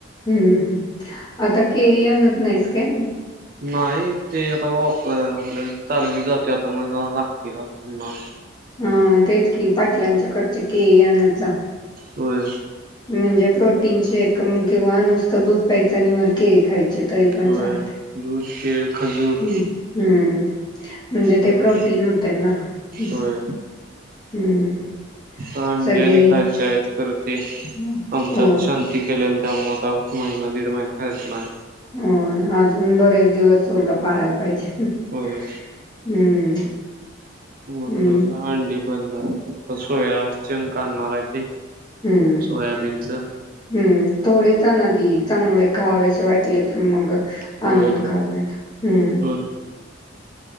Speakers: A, on the left; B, on the right.
A: हम्मम् आता केळी आणत नायस काय?
B: नाही ते आता आपल्या तालमिक जातोय आता म लागतील आता पुन्हा
A: हा तेच कि पाटलांच्याकडची केळी आणत जा
B: होय
A: म्हणजे प्रो टीन शेक म किंवा नुसत दूध प्यायचं नी वर केळी खायची. तरी पण
B: होय
A: चालतय.
B: दूध केळ खजूर
A: हं म्हणजे ते
B: होय
A: प्रोटीन मिळतय ना हम्
B: होय
A: हम्म
B: अंडी
A: सगळे
B: आणि खायचे परत ते
A: हम्म.
B: आमच्यात
A: हो
B: शांती केलेली. त्यामुळ आता महिना दीड महिना खायच नाय.
A: हो अजून बरेच दिवस तुला पाळायला पाहिजे. हम्म
B: होय म्हण
A: हम्म
B: अंडी बंदाय सोया चंक आणाराय ते
A: हम्म
B: सोयाबीनच
A: हम्म थोडेच न चांगले खावेसे वाटले तर मग आणून
B: होय होय
A: खावेत हम्म
B: होय